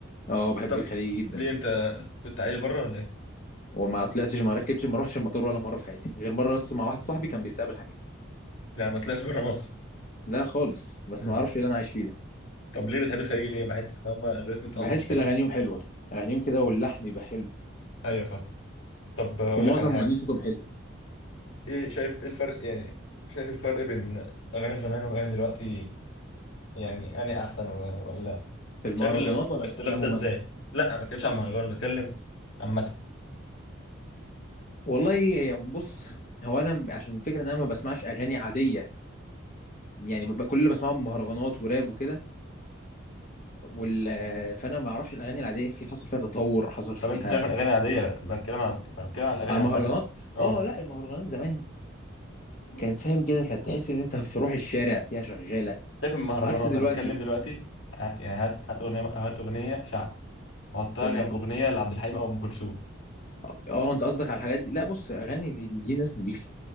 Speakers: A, on the left; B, on the left.
A: اه بحب
B: طب
A: الخليجي جدا
B: ليه انت كنت عايش بره ولا ايه
A: وما طلعتش ما ركبتش ما روحش المطار ولا مره في حياتي غير مره بس مع واحد صاحبي كان بيستقبل حاجات
B: يعني ما طلعتش بره مصر
A: لا خالص بس
B: مم.
A: ما اعرفش ايه اللي انا عايش فيه ده
B: طب ليه بتحب الخليجي ليه بحس ان هم الريتم بتاعهم
A: بحس
B: مش حلو
A: الاغانيهم حلوه اغانيهم كده واللحن يبقى حلو
B: ايوه فاهم طب هقول
A: ومعظم
B: لك على حاجه
A: مغنيين صوتهم حلو
B: ايه شايف ايه الفرق يعني شايف الفرق بين اغاني زمان واغاني دلوقتي يعني اني احسن و- ولا
A: في المهرجانات
B: شايف ال- الاختلاف
A: ولا الاغاني عموما
B: ده ازاي لا ما بتكلمش عن مهرجان بتكلم عامه
A: والله يا- بص هو انا عشان الفكره ان انا ما بسمعش اغاني عاديه يعني ببقى كل اللي بسمعهم مهرجانات وراب وكده وال... فانا ما اعرفش الاغاني العاديه في حصل فيها تطور حصل فيها
B: طب انت سيبك من الاغاني العاديه بتكلم عن بتكلم
A: <laughs>
B: عن الاغاني
A: على
B: عامه
A: المهرجانات
B: اه
A: اه لا المهرجانات زمان كان فاهم كده كانت تحس ان انت في روح الشارع فيها شغاله
B: سيبك من المهرجانات
A: عكس دلوقتي
B: انا بتكلم دلوقتي ه- يعني هات هات اغنيه هات اغنيه شعب وحطها
A: تمام
B: جنب اغنيه لعبد الحليم او ام كلثوم
A: اه آه، انت قصدك على الحاجات دي لا بص اغاني دي, دي ناس نضيفه